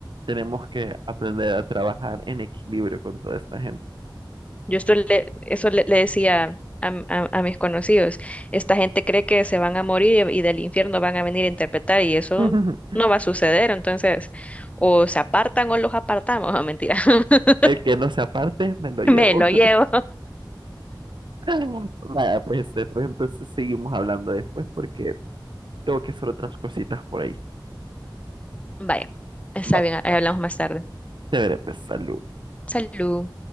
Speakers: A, on the right; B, on the left.
A: tenemos que aprender a trabajar en equilibrio con toda esta gente.
B: Yo esto le, eso le, le decía a, m- a- a mis conocidos, esta gente cree que se van a morir y del infierno van a venir a interpretar y eso
A: <laughs>
B: no va a suceder, entonces o se apartan o los apartamos, no mentira, <laughs>
A: El que no se aparte, me lo llevo.
B: me lo llevo.
A: <laughs> Vaya, pues después entonces seguimos hablando después porque tengo que hacer otras cositas por ahí.
B: Vaya, está
A: Va,
B: bien, ahí hablamos más tarde.
A: chévere, pues salud.
B: Salud.